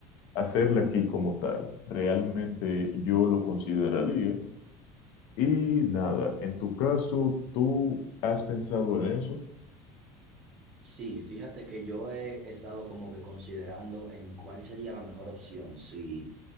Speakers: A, on the left (about 60°); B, on the right (about 30°).
A: hacerla aquí como tal. Realmente yo lo consideraría. Y nada, en tu caso, ¿tú has pensado en eso?
B: Sí, fíjate que yo he estado como que considerando en cuál sería la mejor opción, si